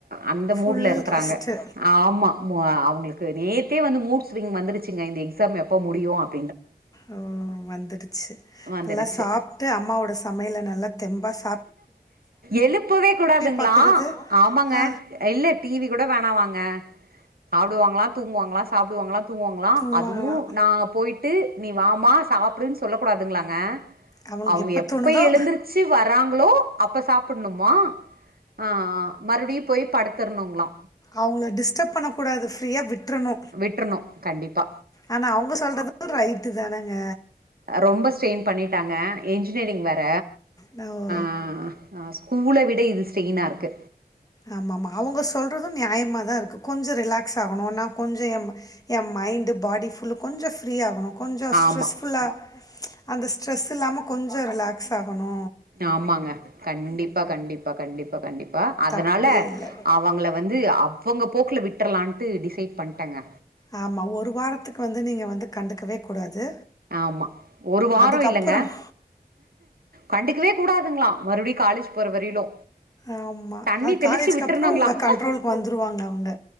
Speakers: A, on the right; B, on the left.
A: அந்த
B: ஃபுல்
A: மூட்ல இருக்குறாங்க
B: ரெஸ்ட்டு.
A: ஆமா அ அவுங்களுக்கு நேத்தே வந்து மூட்ஸ்விங் வந்துருச்சுங்க இந்த எக்ஸாம் எப்ப முடியு அப்
B: ஓ வந்துடுச்சு
A: வந்துருச்சு
B: நல்லா சாப்ட்டு அம்மாவோட சமையல நல்லா தெம்பா சா
A: எழுப்பவே கூடாதுங்ளா
B: பாக்குறது.
A: ஆமாங்க
B: ஆ
A: இல்ல டிவி கூட வேணாமா ங்க சாப்டுவாங்களா தூங்குவாங் களா சாப்டுவாங்ளா தூங்குவாங்ளா
B: தூங்குவாங்களாம்.
A: அதுவு நாங்க போய்ட்டு நீ வாமா சாப்டுன் சொல்ல கூடாதுங்ளாங்க
B: அவங்களுக்கு
A: அவுங்க எப்ப
B: தோணுதோ!
A: எழுந்தருச்சி வராங்ளோ அப்ப சாப்புட்ணுமா ஆ மறுபடியு போய் படுத்துர்ணுங்ளா
B: அவுங்கள டிஸ்டர்ப் பண்ணக் கூடாது ஃப்ரீயா விட்றணு
A: விட்றணு கண்டிப்பா
B: ஆனா அவுங்க சொல்றது ரைட்டு தானங்க
A: ரொம்ப ஸ்ட்ரெயின் பண்ணிட்டாங்க இன்ஜினியரிங் வேற
B: ன்னாவோ
A: ஆ ஆ ஆ ஸ்கூல விட இது ஸ்டெய்னா இருக்கு
B: ஆமாமா அவுங்க சொல்றது நியாயமாதா இருக்கு கொஞ்சொ ரிலாக்ஸ் ஆகணுன்னா கொஞ்சொ எம் என் மைண்டு பாடி ஃபுல்லு கொஞ்சொ ஃப்ரீ ஆகணு கொஞ்சொ
A: ஆமா
B: ஸ்ட்ரெஸ்ஃபுல்லா அந்த ஸ்ட்ரெஸ் இல்லாம கொஞ்சொ ரிலாக்ஸ் ஆகணு
A: ஆமாங்க கண்டிப்பா கண்டிப்பா கண்டிப்பா கண்டிப்பா அதனால
B: தப்பே இல்லை
A: அவங்கள வந்து அவங்க போக்குல விட்ரலான்ட்டு டிசைட் பண்ட்டங்க
B: ஆமா ஒரு வாரத்துக்கு வந்து நீங்க வந்து கண்டுக்கவே கூடாது
A: ஆமா ஒரு வாரொ
B: அதுக்கப்புறம்
A: இல்லங்க கண்டுக்கவே கூடாதுங்ளா மறுபடியு காலேஜ் போற வரையிலு
B: ஆமா
A: தண்ணி
B: அது
A: தெளிச்சு
B: காலேஜ்க்கு
A: விட்றணுங்களா
B: அப்றோ உங்க கண்ட்ரோலுக்கு வந்துருவாங்க அவுங்க